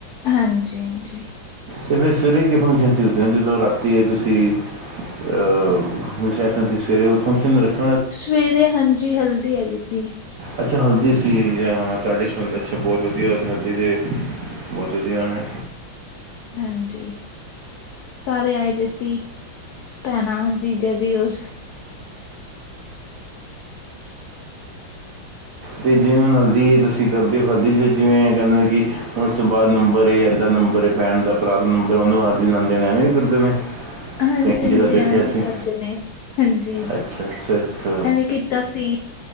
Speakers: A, on the left (about 85°); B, on the right (about 65°).
A: ਹਾਂਜੀ ਹਾਂਜੀ।
B: ਤੇ ਫਿਰ ਸਵੇਰੇ ਕੀ ਫੰਕਸ਼ਨ ਸੀ ਉਸ ਦਿਨ ਜਦੋਂ ਰਾਤੀ ਤੁਸੀਂ ਅ ਰਿਸੈਪਸ਼ਨ ਸੀ ਸਵੇਰੇ ਉਹ ਫੰਕਸ਼ਨ ਰੱਖੇ।
A: ਸਵੇਰੇ ਹਾਂਜੀ ਹਲਦੀ ਹੈਗੀ ਸੀ।
B: ਅੱਛਾ ਹਲਦੀ ਸੀ ਜਾਂ ਹਾਂ ਤੁਹਾਡੇ ਚ ਛੋਲੇ ਅੱਛਾ ਬਹੁਤ ਵਧੀਆ ਹਲਦੀ ਦੇ। ਬਹੁਤ ਵਧੀਆ ਆਣਾ।
A: ਹੰਜੀ ਸਾਰੇ ਆਏ ਦੇ ਸੀ ਭੈਣਾਂ ਜੀਜਾ ਜੀ ਹੋਰ
B: ਤੇ ਜਿਵੇਂ ਹੁਣ ਹਲਦੀ ਤੁਸੀਂ ਕਰਦੇ ਹੋ ਹਲਦੀ ਚ ਜਿਵੇਂ ਕਹਿੰਦੇ ਕਿ ਹੁਣ ਇਸ ਤੋਂ ਬਾਅਦ ਨੰਬਰ ਏ ਐਦਾ ਨੰਬਰ। ਪੈਣ ਦਾ ਭਰਾ ਉਹਨੂੰ ਹਲਦੀ ਲਾਦੇ ਨੇ ਐਵੇਂ ਵੀ ਕਰਦੇ ਨੇ।
A: ਹਾਂਜੀ
B: ਕਈ
A: ਹਾਂਜੀ
B: ਜਗ੍ਹਾ ਦੇਖਿਆ
A: ਐਵੇਂ
B: ਅਸੀਂ
A: ਵੀ ਕਰਦੇ ਨੇ ਹਾਂਜੀ
B: ਅੱਛਾ ਅੱਛਾ ਅੱਛਾ
A: ਐਵੇਂ ਕਿ। ਅਸੀ।